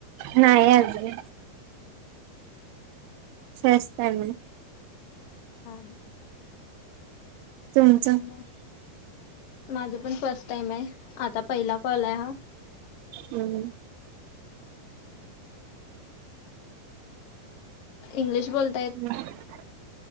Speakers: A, on the right (about 90°); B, on the left (about 80°).
A: नाय हाय अजून स्वस्त आहे मला.
B: हा हा.
A: तुमचं
B: मग माझं पण फर्स्ट टाइम आहे आता पहिला कॉल आहे हा.
A: हम्म.
B: इंग्लिश बोल
A: <unintelligible>